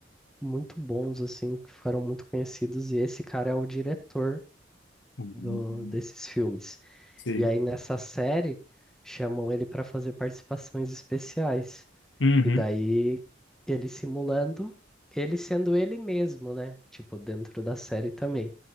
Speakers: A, in the centre; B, on the left.
A: muito bons, assim, que foram muito conhecidos, e esse cara é o diretor
B: Hum,
A: do, desses filmes.
B: Sei.
A: E aí nessa série chamam ele para fazer participações especiais.
B: Uhum.
A: E daí ele simulando ele sendo ele mesmo, né? Tipo, dentro da série também.